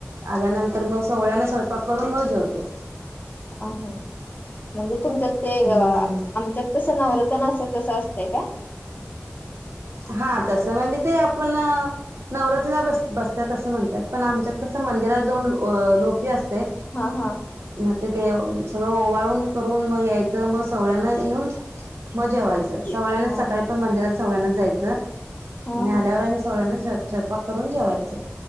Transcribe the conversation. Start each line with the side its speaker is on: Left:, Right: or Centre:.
Right: आल्यानंतर मग सवळ्यानं स्वयंपाक करून मग जेवतो.
Left: आ हा म्हणजे तुमच्यात ते
Right: हम्म
Left: आप आमच्यात कसं नवरत्न असं तसं असतय काय?
Right: हा तसं म्हणजे ते आपण नवरत्नला बस बसत्यात असं म्हणत्यात पण आमच्यात कसं मंदिरात जाऊन अ लोपी असते
Left: हा हा.
Right: मग ते देव सगळं ओवाळून करून मग यायचं मग सवळ्यानं येऊन म जेवाय च
Left: जे
Right: सवळ्यान
Left: हा
Right: सकाळी
Left: हा
Right: पण मंदिरात सवळ्यानाच जायचं
Left: हा
Right: आणि आल्यावर
Left: हा
Right: आणि सवळ्याने जेव स्वयप पाक करून जेवायचं